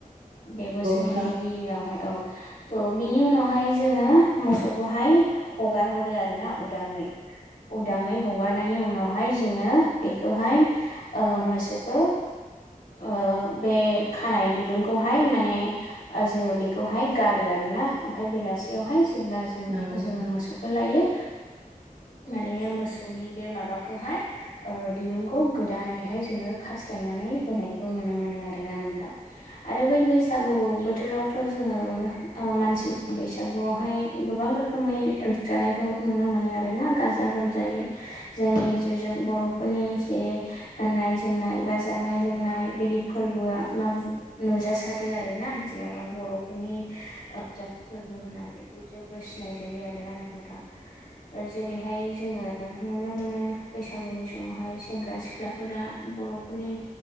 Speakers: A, on the left (about 90°); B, on the right (about 80°).
A: बे
B: नंगौ
A: बोसोरनि
B: नोंथां
A: गिबियावहाय औ थ' बिनि उनावहाय जोङो मोसौखौहाय हगार हरो आरो ना उदाङै उदाङै हगारनायनि उनावहाय जोङो बेखौहाय ओ मोसौखौ ओ बे खानाय ददुंखौहाय माने जोङो बेखौहाय गारो आर ना ओमफ्राय बेलासियावहाय जेब्ला जों
B: नंगौ नोंथां
A: जोङो मोसौ खौ लायो माने मोसौनि बे माबाखौहाय ओ दिरुंखौ गोदानैहाय जोङो खास्लायनानै होनायखौ नुनो मोनो आरोना नोंथां आरो बै बैसागु बोथोरावथ' जोङो ओ मानसि बैसागुआवहाय गोबां रोखोम रोखोमै जानायखौ नुनो मोनो आरो ना गाजा गोमजायै जायनि गेजेरजों बर'फोरनि जे गाननाय जोमनाय बा जानाय लोंनाय नाय बिदि फोरबोआ मा नुजासारो आरोना जेनेबा बर'फोरनि जा फोरबो होननानै बयजोंबो सिनाय जायो आरोना नोंथां जेरैहाय जोङो नुनो मोनो बैसागुनि समावहाय सेंग्रा सिख्लाफोरा बर' फोरनि